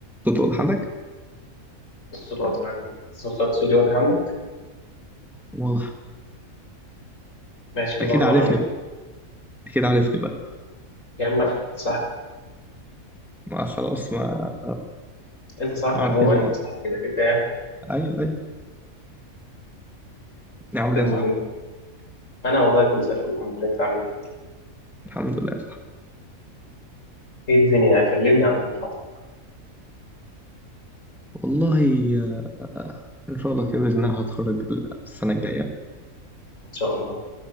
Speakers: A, in the centre; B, on the left.
A: صوت واضح عندك؟
B: الصوت واضح عندي الصوت- صوتي واضح عندك
A: واضح
B: ماشي إيه
A: أكيد
B: الاخبار
A: عارفني
B: عامل ايه
A: بقى أكيد عارفني بقى
B: يا عم أحمد، صاحبي
A: ما خلاص ما
B: انت صاحبي
A: عارفين
B: عموما انت
A: بعض
B: صاحبي كده كده يعني.
A: أيوه أيوه عامل
B: المهم
A: إيه يا صاحبي؟
B: انا والله كله زي الفل الحمد لله انت عامل ايه
A: الحمد لله يا صاحبي
B: ايه الدنيا كلمني عن طموحاتك
A: والله آه، إن شاء الله كده بإذن الله هتخرج السنة الجاية
B: ان شاء الله